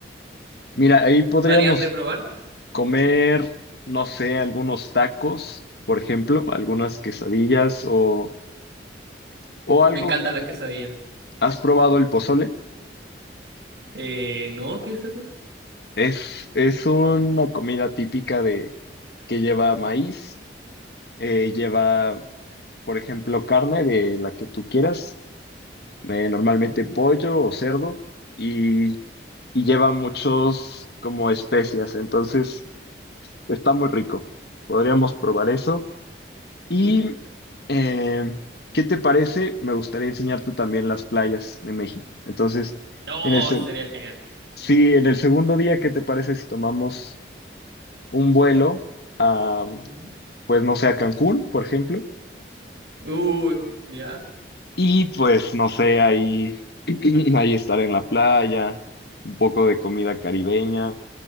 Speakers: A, on the left; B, on the right.
A: Mira, ahí podríamos
B: me harías de probar?
A: comer, no sé, algunos tacos, por ejemplo, algunas quesadillas o, o algo.
B: Me encantan las quesadillas.
A: ¿Has probado el pozole?
B: Eh, no, ¿qué es eso?
A: Es, es una comida típica de que lleva maíz, eh, lleva, por ejemplo, carne de la que tú quieras eh, normalmente
B: Ujú,
A: pollo o cerdo y, y lleva muchos como especias, entonces está muy rico. Podríamos probar eso. Y,
B: ujú.
A: eh, ¿qué te parece? Me gustaría enseñarte también las playas de México. Entonces,
B: Oh,
A: en el, se-
B: sería genial.
A: sí, en el segundo día, ¿qué te parece si tomamos un vuelo a,
B: Ujú.
A: pues no sé, a Cancún, por ejemplo?
B: Uy, ya.
A: Y pues no sé, ahí, <clears throat> ahí estar en la playa, un poco de comida caribeña.